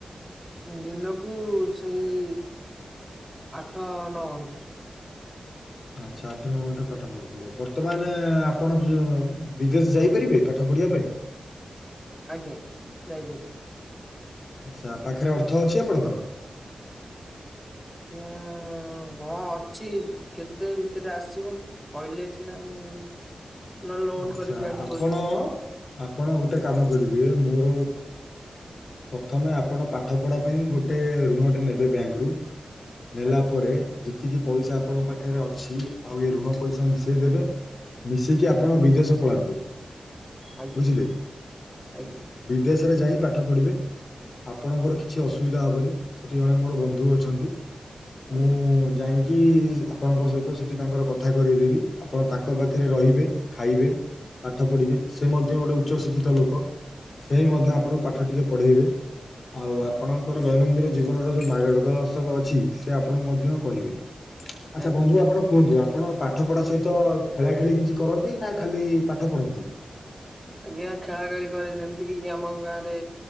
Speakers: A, in the centre; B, on the left.
A: ଦିନକୁ ସେଇ ଆଠ ନଅ ଘଣ୍ଟା।
B: ଆଛା, ଆଠ ନ ଘଣ୍ଟା ପାଠ ପଢୁଥିଲେ। ବର୍ତ୍ତମାନ, ଆପଣ ବିଦେଶ ଯାଇପାରିବେ ପାଠ ପଢ ପଢ଼ିଆ ପାଇଁ।
A: ଆଜ୍ଞା ଯାଇପାରିଵି।
B: ଆଛା ପାଖରେ ଅର୍ଥ ଅଛି ଆପଣଙ୍କର।
A: ୟା ହଁ ଅଛି କେତେ ଭିତରେ ଆସିବ କହିଲେ ସିନା ମୁଁ ନହେଲେ ଲୋନ୍
B: ଆଛା
A: କରିକି ଆଣି
B: ଆପଣ।
A: ପଡ଼ିବି
B: ଆପଣ ଗୋଟେ କାମ କରିବେ ମୋର ପ୍ରଥମେ ଆପଣ ପାଠ ପଢା ପାଇଁ ଗୋଟେ ଋଣ ଟେ ନେବେ ବ୍ୟାଙ୍କ ରୁ ନେଲା
A: ଆଜ୍ଞା
B: ପରେ। ଯେତିକି ପଇସାପଣଙ୍କ ପାଖରେ ଅଛି ଆଉ ଋ ପଇସା ମିଶିକି ଆ ଆପଣ ବିଦେଶ ପଳାନ୍ତୁ
A: ଆଜ୍ଞା
B: ବୁଝିଲେ
A: ଆଜ୍ଞା
B: ବିଦେଶରେ ଯାଇ ପାଠ ପଢିବେ ଆପଣଙ୍କର କିଛି ଅସୁବିଧା ହବନି। ସେଠି ଜଣେ ମୋର ବନ୍ଧୁ ଅଛନ୍ତି
A: ଆଜ୍ଞା
B: ମୁଁ
A: ଆଜ୍ଞା
B: ଯାଇଁକି କି ଆପଣଙ୍କ ସହିତ ସେଠି ତାଙ୍କର କଥା କରେଇଦେବି ଆପଣ ତାଙ୍କ ପାଖରେ ରହିବେ। ଖାଇବେ ପାଠ ପଢ଼ିବେ ସେ ମଧ୍ୟ ଗୋଟଏ ଉଚ୍ଚଶିକ୍ଷିତ ଲୋକ ସେ ହି
A: ଆଜ୍ଞା
B: ମଧ୍ୟ ଆପଣ ପାଠ ଟିକେ ପଢେଇବେ ଆଉ
A: ଆଜ୍ଞା
B: ଆପଣଙ୍କର ଦୈନନ୍ଦିନ ଜୀବନର ଯୋଉ ମାର୍ଗଦର୍ଶକ ଅଛି ସେ ଆପଣଙ୍କୁ ମଧ୍ୟ କହିବେ। ଆଚ୍ଛା
A: ଆଜ୍ଞା
B: ବନ୍ଧୁ ଆପଣ କୁହନ୍ତୁ ଆପଣ ପାଠ ପଢା ସହିତ ଖେଳା ଖେଳି କିଛି କରନ୍ତି। ନା ଖାଲି ପାଠ ପଢନ୍ତି
A: ଆଜ୍ଞା ଖେଳା ଖେଳି କରେ ଯେମିତିକି ଆମ ଗାଁରେ